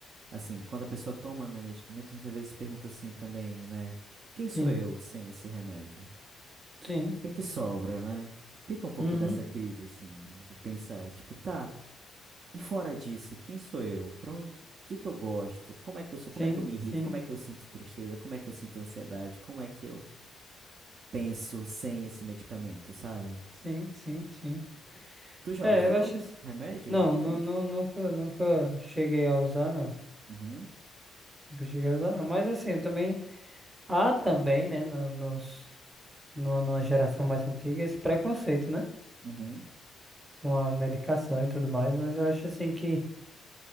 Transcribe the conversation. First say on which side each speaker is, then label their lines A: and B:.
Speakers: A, on the right; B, on the right.
A: assim, quando a pessoa toma, né, medicamento, muitas vezes se pergunta assim também, né, quem sou
B: sim,
A: eu sem esse remédio? O
B: sim,
A: que é que sobra, né? Fica um pouco
B: uhum,
A: dessa crise assim de pensar, tipo, tá, e fora disso, quem sou eu? Para onde... O que que eu gosto? Como é que eu sou? Como
B: sim,
A: é que eu me irrito?
B: sim,
A: Como é que eu sinto tristeza? Como é que eu sinto ansiedade? Como é que eu penso sem esse medicamento, sabe?
B: sim, sim, sim.
A: Tu já
B: É,
A: usou
B: eu acho isso.
A: remédio
B: Não,
A: alguma
B: nu-
A: vez?
B: nu- nunca, nunca cheguei a usar, não.
A: Uhum,
B: Nunca cheguei a usar, não. Mas assim, eu também há também, né, no- nos, numa numa geração mais antiga, esse preconceito, né?
A: uhum,
B: Com a medicação e tudo mais, mas eu acho assim que.